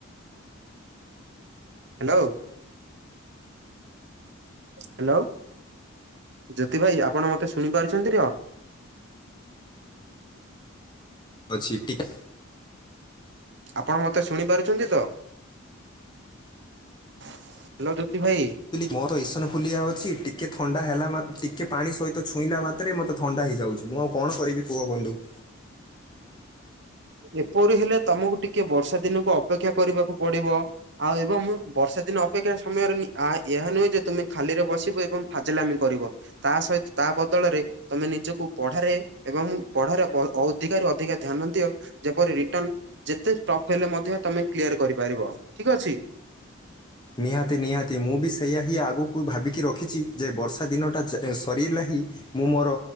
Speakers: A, on the right; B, on the left.
A: ହାଲୋ। ହାଲୋ। ଜ୍ୟୋତି ଭାଇ ଆପଣ ମତେ ଶୁଣିପାରୁଛନ୍ତି ର?
B: ଅଛି ଟିକ୍।
A: ଆପଣ ମତେ ଶୁଣି ପାରୁଛନ୍ତି ତ, ହାଲୋ ଜୋତି ଭାଇ।
B: ମୁ କହିଲି ମୋର ଇସନଫୁଲିଆ ଅଛି ଟିକେ ଥଣ୍ଡା ହେଲା ମା ଟିକେ ପାଣି ସହିତ ଛୁଇଁ ମାତ୍ରେ ମତେ ଥଣ୍ଡା ହେଇଯାଉଛି। ମୁଁ ଆଉ କଣ କରିବି କୁହ ବନ୍ଧୁ।
A: ଏପରି ହେଲେ ତମକୁ ଟିକେ ବର୍ଷାଦିନକୁ ଅପେକ୍ଷା କରିବାକୁ ପଡିବ। ଆଉ ଏବଂ ବର୍ଷା ଦିନ ଅପେକ୍ଷା ସମୟରେ ଆ ଏହା ନୁହେଁ ଯେ ତୁମେ ଖାଲିରେ ବସିବ ଏବଂ ଫାଜିଲାମି କରିବ। ତା ସହିତ ତା ବଦଳରେ ତମେ ନିଜକୁ ପଢାରେ ଏବଂ ପଢରେ ଅଧିକାରୁ ଅଧିକା ଧ୍ୟାନ ଦିଅ। ଯେପରି ରିଟର୍ନ ଯେତେ ଟପ୍ ହେଲେ ମଧ୍ୟ ତମେ କ୍ଲିୟର କରିପାରିବ ଠିକ୍ ଅଛି।
B: ନିହାତି ନିହାତି ମୁଁ ବି ସେୟା ହିଁ ଆଗକୁ ଭାବିକି ରଖିଛି ଯେ ବର୍ଷା ଦିନ ଅଟାଜ୍ ସରିଲା ହିଁ ମୁଁ ମୋର